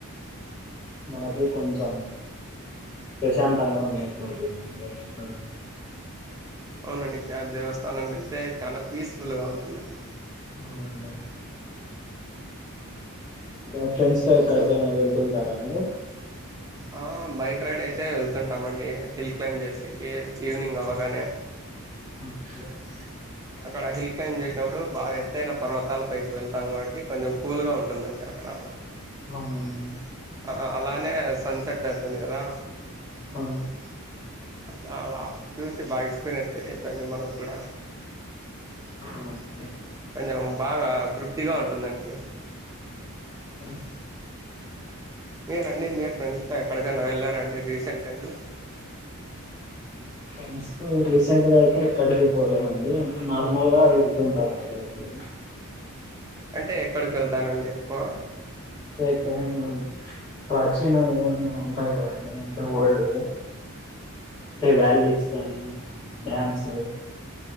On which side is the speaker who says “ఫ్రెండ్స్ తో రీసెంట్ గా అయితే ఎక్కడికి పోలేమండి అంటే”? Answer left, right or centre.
Left